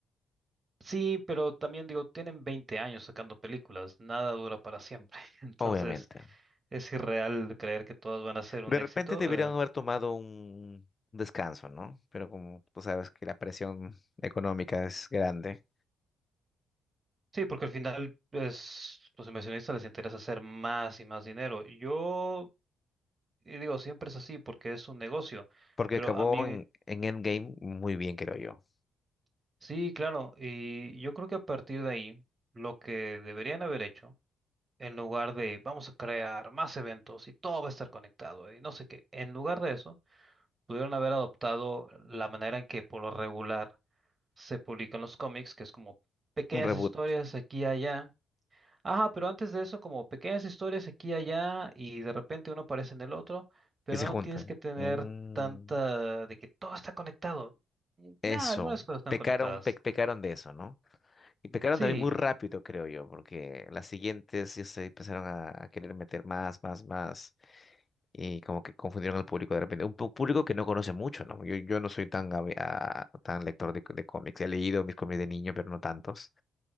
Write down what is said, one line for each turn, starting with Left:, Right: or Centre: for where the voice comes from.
Right: Sí, pero también digo, tienen 20 años sacando películas, nada dura para siempre. <laughs> Entonces,
Left: obviamente.
Right: es irreal creer que todas van a ser un
Left: De
Right: éxito.
Left: repente deberían
Right: eh,
Left: haber tomado un descanso, ¿no? Pero como tú sabes que la presión económica es grande,
Right: sí, porque al final es, los inversionistas les interesa hacer más y más dinero. Yo y digo, siempre es así porque es un negocio,
Left: porque
Right: pero
Left: acabó
Right: a mí,
Left: en, en Endgame muy bien, creo yo.
Right: sí, claro, y yo creo que a partir de ahí, lo que deberían haber hecho, en lugar de vamos a crear más eventos y todo va a estar conectado y no sé qué, en lugar de eso Pudieron haber adoptado la manera en que por lo regular se publican los cómics, que es como pequeñas
Left: Un reboot
Right: historias aquí y allá. Ajá, pero antes de eso, como pequeñas historias aquí y allá, y de repente uno aparece en el otro, pero
Left: y se
Right: no
Left: juntan.
Right: tienes que tener
Left: Mm.
Right: tanta de que todo está conectado.
Left: Eso,
Right: Nada, algunas cosas están
Left: pecaron,
Right: conectadas.
Left: pe- pecaron de eso, ¿no? Y pecaron
Right: Sí.
Left: también muy rápido, creo yo, porque las siguientes ya se empezaron a, a querer meter más, más, más, y como que confundieron al público de repente. Un pu- público que no conoce mucho, ¿no? Yo, yo no soy tan, ave- a- tan lector de, de cómics. He leído mis cómics de niño, pero no tantos.